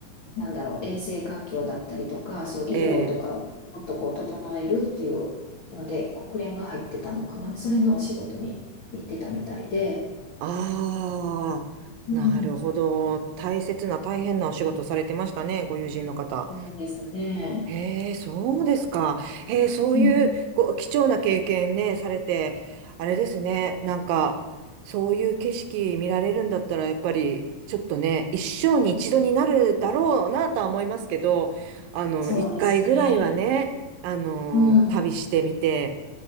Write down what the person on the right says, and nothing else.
ええ。
ああ、
なるほど。大切な、大変なお仕事されてましたね、ご友人の方。
へえ、そうですか。へえ、そういうご貴重な経験ね、
されて、あれですね、なんか、そういう景色見られるんだったら、やっぱり、ちょっとね、一生に一度になるだろうなとは思いますけど、あの、
一回ぐらいはね、あの、
旅してみて、